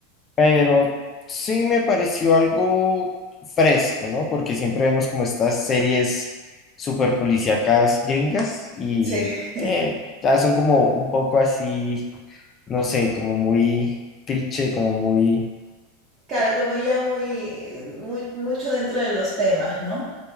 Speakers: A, on the left (about 25°); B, on the right (about 35°).
A: pero sí me pareció algo fresco, ¿no? Porque siempre vemos como estas series super policíacas gringas y
B: Sí. <laughs>
A: eh, ya son como un poco así no sé, como muy cliché, como muy...
B: Claro, como ya muy, muy- mucho dentro de los temas, ¿no?